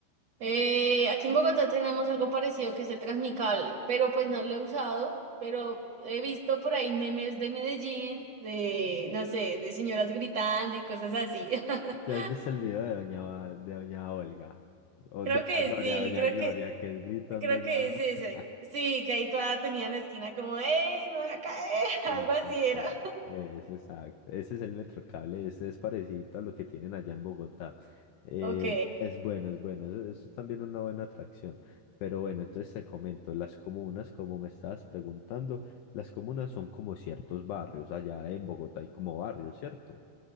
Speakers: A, on the right; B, on the left.
A: Eh, aquí en Bogotá tenemos algo parecido que es el Transmicable, pero pues no lo he usado, pero he visto por ahí memes de Medellín, de, no sé, de señoras gritando y cosas así. <laughs>
B: ¿Te has visto el video de doña, Ba- de doña Olga? O
A: Creo
B: doña
A: que
B: Gloria,
A: sí,
B: doña
A: creo
B: Gloria,
A: que,
B: que es gritando
A: creo
B: allá.
A: que es ese.
B: <laughs>
A: Sí, que ahí toda tenía en la esquina como, ¡Ey, me voy a caer! <laughs>
B: Sí,
A: Algo
B: sí,
A: así era.
B: sí. es exacto. Ese es el Metrocable, ese es parecido a lo que tienen allá en Bogotá. Eh,
A: Ok,
B: es bueno, es bueno, eso, eso es también una buena atracción. Pero bueno, entonces te comento, las comunas, como me estabas preguntando, las comunas son como ciertos barrios, allá en Bogotá hay como barrios, ¿cierto?